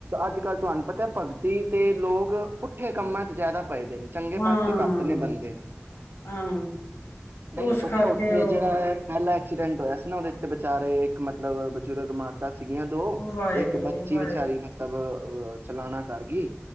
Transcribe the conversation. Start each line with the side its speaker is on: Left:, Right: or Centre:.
Right: ਅੱਜ ਕੱਲ੍ਹ ਤੁਹਾਨੂੰ ਪਤਾ ਹੈ ਭਗਤੀ ਤੇ ਲੋਕ ਪੁੱਠੇ ਕੰਮਾਂ ਚ ਜਿਆਦਾ ਪਏਦੇ ਨੇ ਚੰਗੇ ਪਾਸੇ
Left: ਹਾਂ
Right: ਘੱਟ ਨੇ ਬੰਦੇ
Left: ਹਾਂ
Right: ਨਹੀਂ
Left: ਉਸ
Right: ਪਤਾ
Left: ਕਰਕੇ
Right: ਉੱਥੇ
Left: ਉਹ
Right: ਜਿਹੜਾ ਪਹਿਲਾਂ ਐਕਸੀਡੈਂਟ ਹੋਇਆ ਸੀ ਸੀ ਨਾ ਉਹ ਦੇਖ ਤਾਂ ਵਿਚਾਰੇ ਮਤਲਬ ਬਜ਼ੁਰਗ ਮਾਤਾ ਸੀ ਸੀਗੀਆਂ ਦੋ
Left: ਵਾਹਿਗੁਰੂ
Right: ਇੱਕ ਬੱਚੀ
Left: ਵਾਹਿਗੁਰੂ ਵਾਹਿਗੁਰੂ
Right: ਵਿਚਾਰੀ ਮਤਲਬ ਔ ਚਲਾਣਾ ਕਰਗੀ